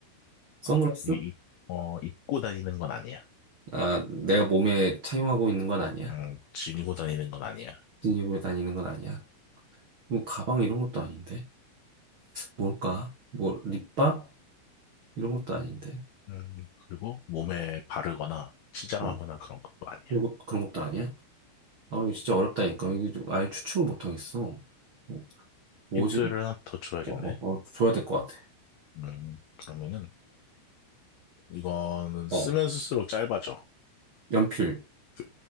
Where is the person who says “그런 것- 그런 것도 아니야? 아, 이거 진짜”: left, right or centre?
Right